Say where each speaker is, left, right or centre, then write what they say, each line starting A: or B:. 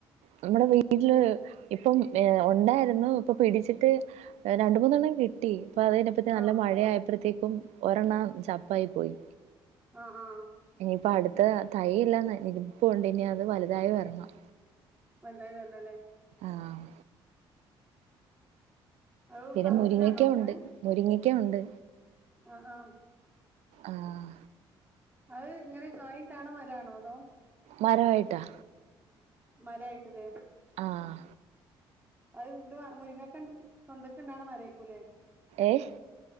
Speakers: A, on the right; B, on the right.
A: നമ്മളെ വീട്ട്ൽ ഇപ്പം ഏഹ് ഒണ്ടായിരുന്നു ഇപ്പം പിടിച്ചിട്ട് രണ്ട് മൂന്നെണ്ണം കിട്ടി ഇപ്പ അത് കഴിഞ്ഞപ്പത്തിന് നല്ല
B: ആഹ്
A: മഴയഴ്പ്പനത്തേക്കും ഒരെണ്ണം ചപ്പായി പോയി.
B: ആഹ് ആഹ്
A: ഇനി ഇപ്പ അട്ത്ത തൈയ് എല്ലാം ന നിൽപ്പുണ്ട് ഇനി അത് വല്തായി വര്ണം
B: വലതായി വരണല്ലേ
A: ആഹ്
B: അത്
A: പിന്നെ
B: പറമ്പിലാണോ
A: മുരിങ്ങക്ക
B: അങ്ങനെ
A: ഉണ്ട് മുരിങ്ങിക്ക ഉണ്ട്
B: ആഹ് ആഹ്
A: ആഹ്
B: അത് ഇങ്ങനെ കായുണ്ടാണ മരാണോ അതോ
A: മരവായിട്ടാ..
B: മരായിട്ടല്ലേ
A: ആഹ്
B: അത് <unintelligible> മുരിങ്ങക്ക സ്വന്തക് ണ്ടാവുണ മരേകുലേ
A: ഏയ്